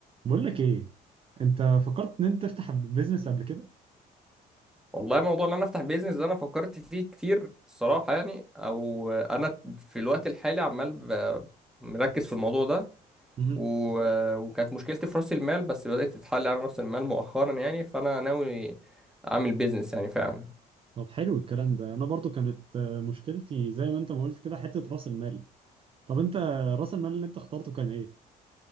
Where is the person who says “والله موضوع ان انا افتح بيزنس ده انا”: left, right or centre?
Centre